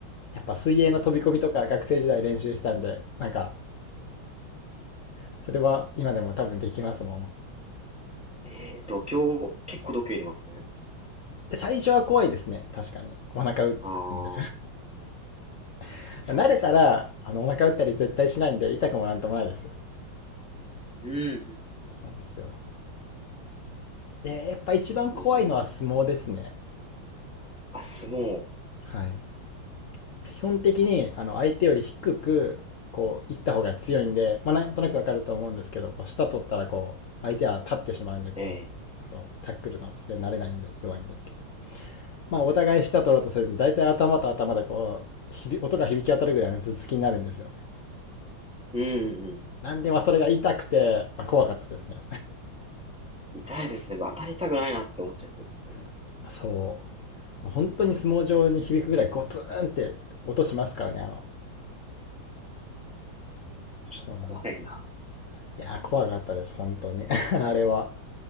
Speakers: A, on the left; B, in the centre.
A: やっぱ水泳の飛び込みとか学生時代練習したんで、なんか、それは今でも多分できますもん。
B: ええ、度胸、結構度胸いりますね。
A: 最初は怖いですね、確かに。お腹打つんで。
B: ああ
A: <laughs>
B: そうですよね。
A: 慣れたら、あの、お腹打ったり絶対しないんで、痛くもなんともないですよ。
B: うんうんうん。
A: そうなんですよ。で、やっぱ一番怖いのは相撲ですね。
B: すごいいろいろ、あ、相撲。
A: はい。基本的にあの相手より低くこう行った方が強いんで、まあ、なんとなくわかると思うんですけどこう下取ったらこう相手は立ってしまうんでこうそのタックルの姿勢になれないんで弱いんですけど、
B: ええ。
A: まあ、お互い下取ろうとするんで大体頭と頭でこうひび音が響き当たるぐらいの頭突きになるんですよね。
B: うんうんうん
A: なんでまあそれが痛くて、まあ、怖かったですね。
B: うん。痛いですね。当たりたくないなって思っちゃいそうですね。
A: <laughs> そう本当に相撲上に響くぐらいゴツンって音しますからねあの
B: それちょっと怖いな。
A: そうなんですいやー怖かったです本当に <laughs> あれは。